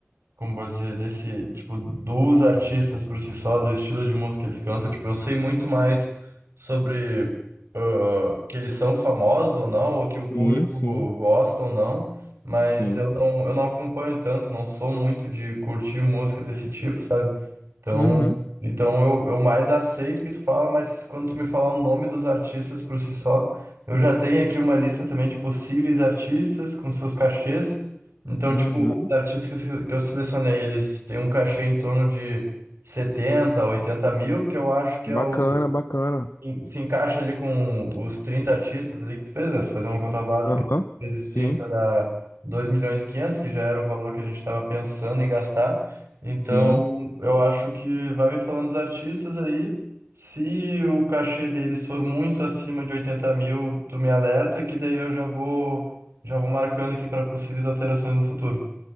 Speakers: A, on the right; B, on the left.
A: como posso dizer, desse, tipo, dos artistas por si só, do estilo de música que eles cantam, tipo, eu sei muito mais sobre ah, que eles são famosos ou não, ou que o público
B: Sim, sim,
A: gosta ou não, mas
B: sim.
A: eu não, eu não acompanho tanto, não sou muito de curtir música desse tipo, sabe? Então,
B: Uhum.
A: então eu, eu mais aceito o que tu fala, mas quando tu me falar o nome dos artistas por si só, eu já tenho aqui uma lista também de possíveis artistas com seus cachês, então,
B: Uhum.
A: tipo, os artistas que que eu selecionei, eles têm um cachê em torno de 70, 80 mil, que eu acho que
B: Bacana,
A: é o,
B: bacana.
A: em- se encaixa ali com os 30 artistas ali que tu fez, né? Se fazer uma conta básica,
B: Aham.
A: vezes
B: Sim,
A: trinta dá dois milhões e quinhentos, que já era o valor que a gente estava pensando em gastar. Então,
B: sim.
A: eu acho que vai me falando dos artistas aí. Se o cachê deles for muito acima de 80 mil, tu me alerta, que daí eu já vou, já vou marcando aqui para possíveis alterações no futuro.